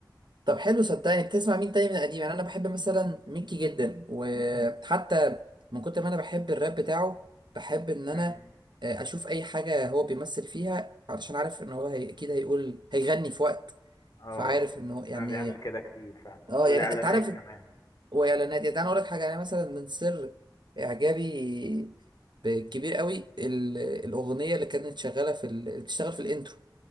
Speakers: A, on the right; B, on the left.
A: طب حلو صدقني بتسمع مين تاني من قديم يعني انا بحب مثلا ميكي جدا وحتى من كتر ما انا بحب الراب بتاعه بحب ان انا
B: امم
A: آه، اشوف اي حاجه هو بيمثل فيها علشان عارف ان هو هي... اكيد هيقول هيغني في وقت
B: اه
A: فعارف انه
B: بقى
A: يعني
B: بيعمل كده كتير فعلا
A: اه
B: والإعلانات
A: يعني انت عارف
B: كمان
A: واعلانات يعني انا اقول لك حاجه يعني مثلا من سر اعجابي كبير قوي ال- الاغنيه اللي كانت شغاله في ال... اللي بتشتغل في الانترو